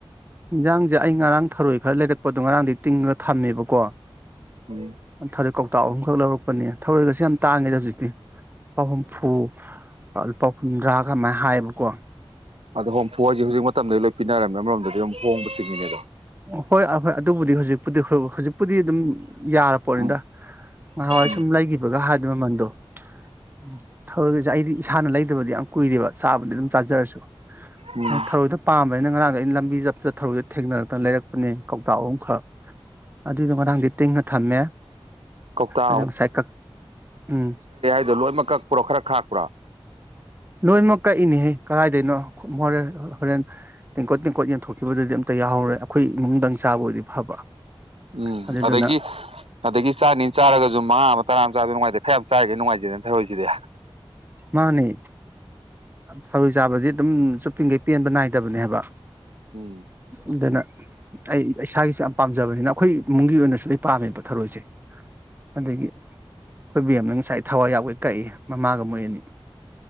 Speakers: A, on the right; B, on the right.
A: ꯏꯟꯖꯥꯡꯖ‌ꯦ ꯑꯩ ꯉꯔꯥꯡ ꯊꯔꯣꯏ ꯈꯔ ꯂꯩꯔꯛꯄꯗꯣ ꯉꯔꯥꯡꯗꯩ ꯇꯤꯡꯉꯒ ꯊꯝꯃꯦꯕꯀꯣ
B: ꯎꯝ
A: ꯊꯔꯣꯏ ꯀꯧꯇꯥ ꯑꯍꯨꯝꯈꯛ ꯂꯧꯔꯛ ꯄꯅꯦ ꯊꯔꯣꯏꯒꯁꯦ ꯌꯥꯝ ꯇꯥꯡꯉꯦꯗ ꯍꯧꯖꯤꯛꯇꯤ ꯂꯨꯄꯥ ꯍꯨꯝꯐꯨ ꯄ ꯂꯨꯄꯥ ꯍꯨꯝꯗ꯭ꯔꯥꯒ ꯑꯃꯥꯏ ꯍꯥꯏꯌꯦꯕꯀꯣ
B: ꯑꯗꯣ ꯍꯨꯝꯐꯨ ꯍꯥꯏꯖ‌ꯦ ꯍꯧꯖꯤꯛ ꯃꯇꯝꯗꯗꯤ ꯂꯣꯏ ꯄꯤꯅꯔꯝꯅ‌ꯦ ꯑꯃꯔꯣꯝꯗꯗꯤ ꯑꯗꯨꯝ ꯍꯣꯡꯕ ꯆꯤꯡꯉꯤꯅꯦꯗꯣ
A: ꯑꯣꯍꯣꯏ ꯑꯍꯣꯏ ꯑꯗꯨꯕꯨꯗꯤ ꯍꯧꯖꯤꯛꯄꯨꯗꯤ ꯑꯈꯣꯏꯕꯨ ꯍꯧꯖꯤꯛꯄꯨꯗꯤ ꯑꯗꯨꯝ ꯌꯔꯄꯣꯠꯅꯤꯗ
B: ꯎꯝ
A: ꯉꯍꯥꯟꯋꯥꯏ
B: ꯎꯝ
A: ꯁꯨꯝ ꯂꯩꯒꯤꯕꯒ ꯍꯥꯏꯗꯤ ꯃꯃꯟꯗꯣ ꯎꯝ ꯊꯔꯣꯏꯒꯖ‌ꯦ ꯑꯩꯗꯤ ꯏꯁꯥꯅ ꯂꯩꯗꯕꯗꯤ ꯌꯥꯝ ꯀꯨꯏꯔꯦꯕ ꯆꯥꯕꯗꯤ ꯑꯗꯨꯝ ꯆꯥꯖꯔꯁꯨ
B: ꯎꯝ
A: ꯑ ꯊꯔꯣꯏꯗꯣ ꯄꯥꯝꯕꯅꯤꯅ ꯉꯔꯥꯡꯗꯤ ꯑꯩꯅ ꯂꯝꯕꯤ ꯆꯠꯄꯗ ꯊꯔꯣꯏꯗꯣ ꯊꯦꯡꯅꯔꯛꯇꯅ ꯂꯩꯔꯛꯄꯅꯦ ꯀꯧꯇꯥ ꯑꯍꯨꯝꯈꯛ ꯑꯗꯨꯏꯗ‌ꯣ ꯉꯔꯥꯡꯗꯤ ꯇꯤꯡꯉ ꯊꯝꯃꯦ
B: ꯀꯧꯇꯥ
A: ꯑꯗꯨ ꯉꯁꯥꯏ ꯀꯛ ꯎꯝ
B: ꯑꯗꯨꯗꯣ ꯂꯣꯏꯃꯛ ꯀꯛꯄ꯭ꯔꯣ ꯈꯔ ꯈꯥꯛꯄ꯭ꯔꯣ
A: ꯂꯣꯏꯃꯛ ꯀꯛꯏꯅꯦꯍꯦ ꯀꯔꯥꯏꯗꯩꯅꯣ ꯃꯣꯔꯦꯜ ꯍꯣꯔꯦꯟ ꯇꯦꯡꯀꯣꯠ ꯇꯦꯡꯀꯣꯠ ꯌꯦꯟꯊꯣꯛꯈꯤꯕꯗꯨꯗꯤ ꯑꯝꯇ ꯌꯥꯎꯍꯧꯔꯣꯏ ꯑꯩꯈꯣꯏ ꯏꯃꯨꯡꯗꯪ ꯆꯥꯕ ꯑꯣꯏꯗꯤ ꯐꯕ
B: ꯎꯝ
A: ꯑꯗꯨꯗꯨꯅ
B: ꯑꯗꯒꯤ ꯑꯗꯒꯤ ꯆꯥꯅꯤ ꯆꯥꯔꯒꯖꯨ ꯃꯉꯥ ꯑꯃ ꯇꯔꯥ ꯑꯃ ꯆꯥꯕꯗꯤ ꯅꯨꯡꯉꯥꯏꯇꯦ ꯈꯔ ꯌꯥꯝ ꯆꯥꯔꯤꯉꯩ ꯅꯨꯡꯉꯥꯏꯖꯩꯗ ꯊꯔꯣꯏꯖꯤꯗꯤ
A: ꯃꯥꯅꯦ ꯊꯔꯣꯏ ꯆꯥꯕꯗꯤ ꯑꯗꯨꯝ ꯆꯨꯞꯄꯤꯒꯩ ꯄꯦꯟꯕ ꯅꯥꯏꯗꯕꯅꯦ ꯍꯥꯏꯕ
B: ꯎꯝ
A: ꯑꯗꯨꯅ ꯑꯩ ꯏꯁꯥꯒꯤꯁꯨ ꯌꯥꯝ ꯄꯥꯝꯖꯕꯅꯤꯅ ꯑꯩꯈꯣꯏ ꯏꯃꯨꯡꯒꯤ ꯑꯣꯏꯅꯁꯨ ꯂꯣꯏ ꯄꯥꯝꯃꯦꯕ ꯊꯔꯣꯏꯁꯦ ꯑꯗꯒꯤ ꯑꯩꯈꯣꯏ ꯕꯦꯝꯃ ꯉꯁꯥꯏ ꯊꯋꯥꯏ ꯌꯥꯎꯕꯩ ꯀꯛꯏ ꯃꯃꯥꯒ ꯃꯣꯏ ꯑꯅꯤ